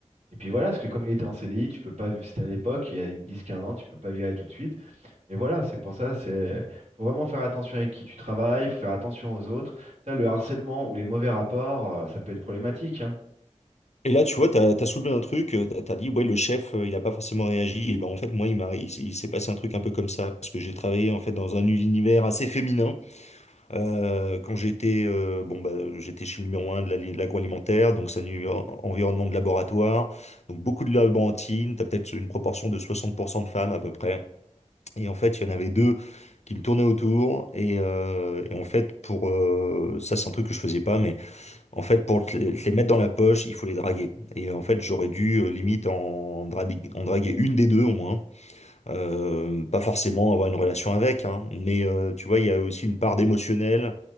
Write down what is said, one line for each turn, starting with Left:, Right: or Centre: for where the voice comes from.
Right: Et puis voilà, parce que comme il était en CDI, tu peux pas, c'était à l'époque, il y a une 10-15 ans, tu peux pas virer tout de suite. Et voilà, c'est pour ça, c'est, faut vraiment faire attention avec qui tu travailles, faut faire attention aux autres. Ça, le harcèlement ou les mauvais rapports, euh, ça peut être problématique, hein.
Left: Et là, tu vois, t'as, t'as soulevé un truc, euh, t'as t'as dit, ouais, le chef, euh, il a pas forcément réagi. Et ben, en fait, moi, il m'a, il, s- il s'est passé un truc un peu comme ça, parce que j'ai travaillé, en fait, dans un univers assez féminin. Euh, quand j'étais euh, bon bah, j'étais chez le numéro un de la- de l'agroalimentaire, donc c'est un numéro- environnement de laboratoire, donc beaucoup de laborantines, t'as peut-être une proportion de 60% de femmes à peu près. Et en fait, il y en avait deux qui me tournaient autour. Et, euh, et en fait, pour euh, ça, c'est un truc que je faisais pas, mais en fait, pour te les, te les mettre dans la poche, il faut les draguer. Et en fait, j'aurais dû euh, limite en, draguer, en draguer une des deux au moins. Euh, pas forcément avoir une relation avec, hein, mais euh, tu vois, il y a aussi une part d'émotionnel